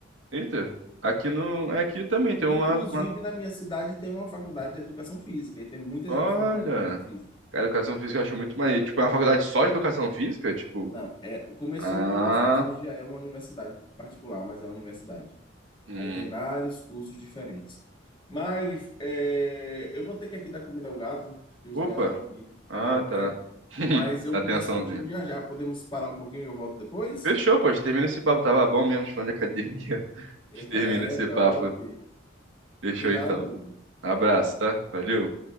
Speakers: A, on the right; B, on the left.
A: Eita. Aqui no. Aqui também tem uma.
B: Inclusive,
A: uma-
B: na minha cidade tem uma faculdade de educação física e tem muita
A: Olha.
B: gente formada em educação física.
A: Cara, educação física eu acho muito mais. Tipo, é uma faculdade só de educação física? Tipo.
B: Não, é, começou
A: Ah.
B: com alguns cursos, hoje já é uma universidade particular, mas é uma universidade.
A: hum.
B: Aí tem vários cursos diferentes. Mas é, eu vou ter que aqui dar comida ao gato, que os
A: Opa,
B: gatos estão aqui
A: ah,
B: no meu
A: tá.
B: pé.
A: <laughs>
B: Mas eu
A: Atençãozinha.
B: converso contigo já já. Podemos parar um pouquinho e eu volto depois?
A: Fechou, pô, a gente termina esse papo. Tava bom mesmo, falando de academia. <laughs>
B: É,
A: A gente termina esse
B: top.
A: papo. Fechou
B: Obrigado,
A: então.
B: amigo.
A: Abraço, tá? Valeu.